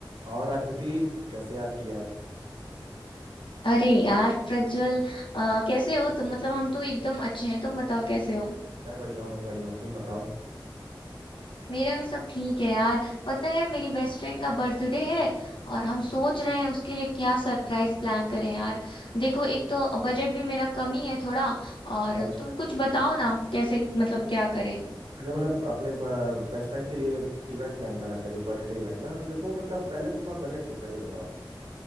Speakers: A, on the right; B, on the left.
A: और आकृति कैसे याद किया आज?
B: अरे यार प्रज्वल अ, कैसे हो तुम मतलब हम तो एकदम अच्छे हैं तुम बताओ कैसे हो
A: मैं बढ़िया हूँ मैं बढ़िया हूँ तुम बताओ
B: मेरा भी सब ठीक है यार पता है मेरी बेस्ट फ्रेंड का बर्थडे है और हम सोच रहे हैं उसके लिए क्या सरप्राइज प्लान करें यार देखो एक तो बजट भी मेरा कम ही है थोड़ा और
A: अच्छा
B: तुम कुछ बताओ ना कैसे मतलब क्या करें
A: अगर मतलब अपने बेस्ट फ्रेंड के लिए इवेंट प्लान करना चाह रहे हो बर्थडे इवेंट ना तो देखो मतलब पहले तो तुम्हारा बजट कितना है ये बताओ